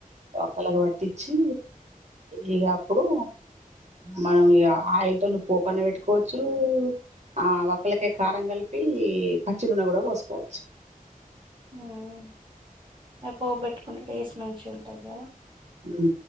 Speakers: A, on the right (about 50°); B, on the right (about 35°).
A: ఒక్కలకి పట్టిచ్చి ఇగ అప్పుడు మనం ఇగ ఆయ్ తొని పోప్ అన్న పెట్టుకోవచ్చూ ఆ వక్కలకే కారం కలిపీ పచ్చి నూనె కూడ పోసుకోవచ్చు
B: ఉమ్ ఆ పోపు పెట్టుకుంటే టేస్ట్ మంచి ఉంటదా
A: ఉ